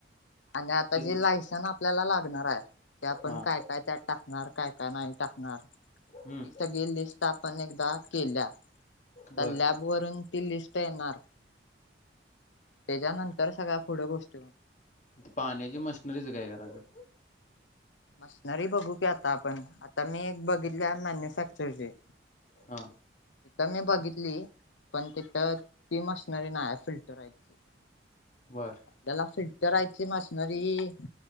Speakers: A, on the left (about 80°); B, on the left (about 40°).
A: आणि आता
B: ती
A: ज लायसन आपल्याला लागणार आहे की आपण
B: हां
A: काय काय त्यात टाक णार काय. का नाही टाकणार ती
B: हम्म,
A: सगळी लिस्ट पण एकदा केल्या तर
B: बर
A: लॅब वरून ती लिस्ट येणार. त्याच्यानंतर सगळ पुढ गोष्ट
B: त पाण्याची मशनरीच काय करायचं.
A: मशनरी बघू की आता आपण आता मी बघितले मॅन्युफॅक्चरचे
B: हा
A: तर मी बघितली पण तिथ ती मशनरी नाही फिल्टरची.
B: बर
A: आपल्याला फिल इतरायची मशनरी